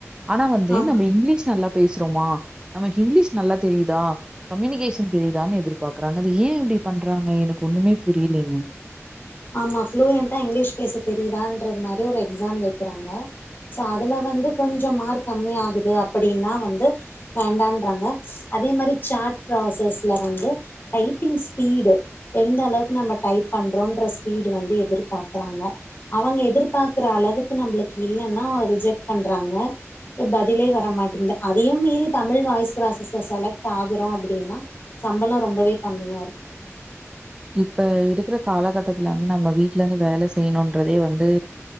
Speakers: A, on the right (about 15°); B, on the left (about 40°).
A: ஆனா வந்து
B: ஆமா
A: நம்ம இங்கிலீஷ் நல்லா பேசுறோமா நமக்கு இங்கிலீஷ் நல்லா தெரியுதா கம்யூனிகேஷன் தெரியுதான்னு எதிர்பாக்குறாங்க அது ஏன் இப்டி பண்றாங்க எனக்கு ஒண்ணுமே புரிலேங்க
B: ஆமா ஃப்ளூயண்டா இங்கிலீஷ் பேச தெரியுதான்றது மாரி ஒரு எக்ஸாம் வக்கிறாங்க சோ அதுல வந்து கொஞ்சோ மார்க் கம்மி ஆகுது அப்டினா வந்து வேண்டான்றாங்க அதே மாதிரி சாட் ப்ராசஸ்ல வந்து டைப்பிங் ஸ்பீடு எந்த அளவுக்கு நம்ம டைப் பண்றோன்ற ஸ் பீடு வந்து எதிர்பாக்றாங்க அவுங்க எதிர்பாக்குற அளவுக்கு நம்மளுக்கு இல்லனா ரிஜெக்ட் பண்றாங்க இப்ப பதிலே வரமாட்டேங்குது அதையு மீறி தமிழ் வாய்ஸ் ப்ராசஸ்ல செலக்ட் ஆகுறோ அப்டினா சம்பளோ ரொம்பவே கம்மியாக இருக்கு
A: இப்ப இருக்கிற காலகட்டத்துல வந்து நம்ம வீட்ல இருந்து வேல செய்யணுன்றதே வந்து